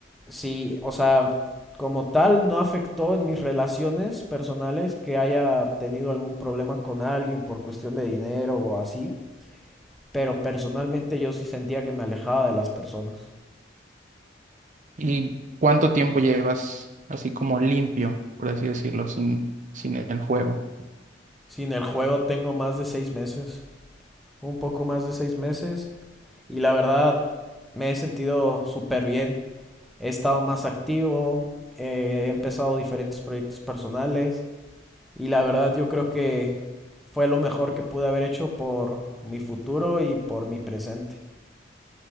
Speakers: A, in the centre; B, on the right.
A: sí, o sea, como tal no afectó en mis relaciones personales que haya tenido algún problema con alguien por cuestión de dinero o así, pero personalmente yo sí sentía que me alejaba de las personas.
B: ¿Y cuánto tiempo llevas así como limpio, por así decirlo, sin, sin el juego?
A: Sin el juego tengo más de seis meses, un poco más de seis meses, y la verdad me he sentido súper bien. He estado más activo, eh, he empezado diferentes proyectos personales, Y la verdad yo creo que fue lo mejor que pude haber hecho por mi futuro y por mi presente.